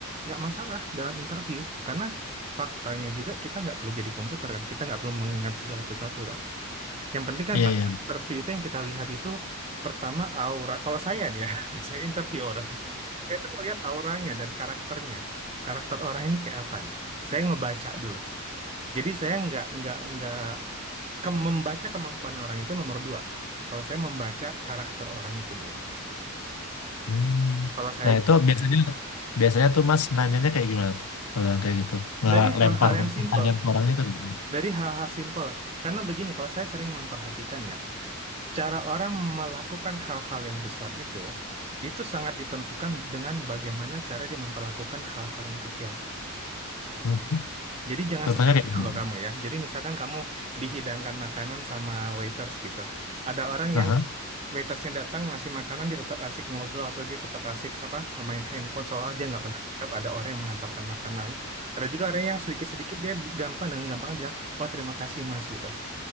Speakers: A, on the right (about 25°); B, on the left (about 80°).
A: nggak masalah dalam interview. Karena faktanya juga kita nggak perlu jadi komputer kan, kita nggak perlu mengingat segala sesuatu kan. Yang penting kan
B: Iya,
A: pada
B: iya,
A: interview itu yang kita lihat itu pertama aura. Kalau saya nih ya, <laughs> saya interview orang, saya tuh ngelihat auranya dan karakternya. Karakter orang ini kayak apa nih? Saya ngebaca dulu. Jadi saya nggak nggak nggak ke membaca kemampuan orang itu nomor dua. Kalau saya membaca karakter orang itu dulu.
B: Hmm.
A: Kalau saya
B: Nah itu biasanya biasanya tuh Mas nanyanya kayak gimana tuh kalau yang kayak gitu nggak
A: dari
B: lempar
A: hal-hal yang simpel,
B: pertanyaan ke orang itu gitu.
A: dari hal-hal simpel. Karena begini, kalau saya sering memperhatikan ya, cara orang melakukan hal-hal yang besar itu, itu sangat ditentukan dengan bagaimana cara dia memperlakukan hal-hal yang kecil.
B: Hmm.
A: Jadi jangan
B: Contohnya
A: sepelekan
B: kayak gimana?
A: loh
B: tuh?
A: kamu ya. Jadi misalkan kamu dihidangkan makanan sama waiters gitu. Ada orang
B: Aha.
A: yang waitersnya datang ngasih makanan dia tetap asik ngobrol atau dia tetap asik apa main handphone soalnya dia nggak pernah anggap ada orang yang mengantarkan makanan ada juga orang yang sedikit-sedikit dia bi- gampang dengan gampang bilang wah terima kasih mas gitu